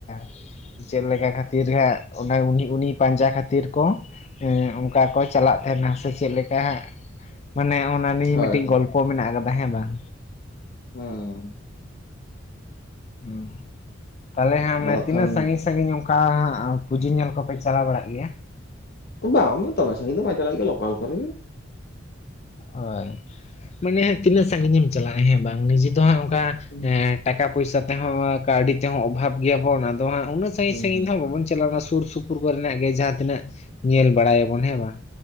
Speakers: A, on the left; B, on the left.
A: ᱾ ᱪᱮᱫ ᱞᱮᱠᱟ ᱠᱷᱟᱹᱛᱤᱨ ᱦᱟᱸ ᱚᱱᱟ ᱩᱱᱤ ᱩᱱᱤ ᱯᱟᱸᱡᱟ ᱠᱷᱟᱹᱛᱤᱨ ᱠᱚ ᱚᱱᱠᱟ ᱠᱚ ᱪᱟᱞᱟᱜ ᱛᱟᱦᱮᱱᱟ ᱥᱮ ᱪᱮᱫ ᱞᱮᱠᱟ ᱦᱟᱜ ᱢᱟᱱᱮ ᱚᱱᱟ ᱱᱤᱭ
B: ᱦᱳᱭ
A: ᱯᱚ ᱢᱮᱱᱟᱜ ᱟᱠᱟᱫᱟ ᱦᱮᱸ ᱵᱟᱝ
B: ᱦᱮᱸ
A: ᱦ ᱛᱟᱦᱚᱞᱮ ᱦᱟᱜ ᱡᱟᱱᱮ
B: ᱟᱫᱚ
A: ᱛᱤᱱᱟᱹᱜ
B: ᱠᱷᱟᱱ
A: ᱥᱟᱺᱜᱤᱧ ᱥᱟᱺᱟᱹᱜᱤᱧ ᱚᱱᱠᱟ ᱯᱩᱡᱟᱹ ᱧᱮᱞ ᱠᱚᱯᱮ ᱪᱟᱞᱟᱣ ᱵᱟᱲᱟᱜ ᱜᱮᱭᱟ ᱾
B: ᱵᱟᱝ ᱫᱚᱢᱮ ᱥᱟᱺᱜᱤ ᱫᱚ ᱵᱟᱝ ᱪᱟᱞᱟᱜ ᱦᱩᱭᱩᱜ - ᱟ ᱞᱳᱠᱟᱞ ᱠᱚᱨᱮ ᱜᱮ
A: ᱦᱳᱭ ᱢᱟᱱᱮ ᱦᱜ ᱛᱤᱱᱟᱹᱜ ᱥᱟᱺᱜᱤᱧᱮ ᱮᱢ ᱪᱟᱞᱟᱜᱼᱟ ᱦᱮᱸ ᱵᱟᱝ ᱱᱤᱡᱮ ᱫᱚ ᱦᱟᱸᱜ ᱚᱱᱠᱟ
B: ᱦᱩᱸ
A: ᱴᱟᱠᱟ ᱯᱚᱭᱥᱟ ᱛᱮᱦᱚᱸ ᱠᱟᱹᱣᱰᱤ ᱛᱮᱦᱚᱸ ᱚᱵᱷᱟᱵ ᱜᱮᱭᱟᱵᱚᱱ ᱟᱫᱚ ᱦᱜ ᱩᱱᱟᱹᱜ ᱥᱟᱺᱜᱤᱧ
B: ᱦᱩᱸ
A: ᱥᱟᱺᱜᱤᱧ ᱫᱚ ᱦᱟᱜᱸ ᱵᱟᱵᱚᱱ ᱪᱟᱞᱟᱣᱱᱟ ᱥᱩᱨ ᱥᱩᱯᱩᱨ ᱠᱚᱨᱮᱱᱟᱜ ᱜᱮ ᱡᱟᱦᱟᱸ ᱛᱤᱱᱟᱹᱜ ᱧᱮᱞ ᱵᱟᱲᱟᱭᱟᱵᱚᱱ ᱦᱮᱸ ᱵᱟᱝ?